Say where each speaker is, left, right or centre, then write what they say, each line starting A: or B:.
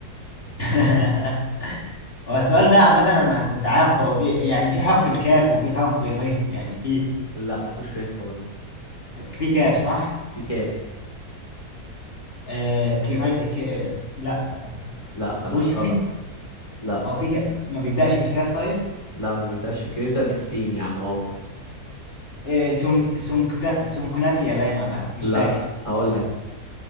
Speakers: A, on the left; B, on the left.
A: <laughs> هو السؤال ده عامة أنا كنت عارفه هو بي... يعني في حرف الكاف وفي حرف ر يعني في
B: <laughs> لا مفيش ريح خالص
A: في كاف صح؟
B: في كاف
A: آه كيري... ك... لا
B: لا
A: ما
B: لا
A: فيهوش ر
B: غلط لا
A: هو في ك... ما بيبدأش بالكاف طيب
B: لا ما بيبداش في كده بيبدا بالسين يا عم اهو
A: آه سونك سونكتا... سونكوناتيا باين ولا مش
B: لا
A: فاكر
B: هقول لك